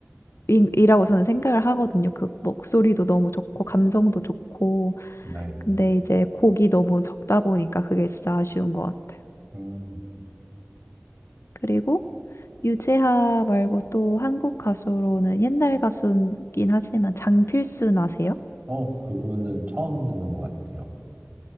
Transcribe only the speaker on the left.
이- 이라고 저는 생각을 하거든요. 그 목소리도 너무 좋고 감성도 좋고
근데 이제 곡이 너무 적다 보니까 그게 진짜 아쉬운 것 같아요.
그리고 유재하 말고 또 한국 가수로는 옛날 가수긴 하지만 장필순 아세요?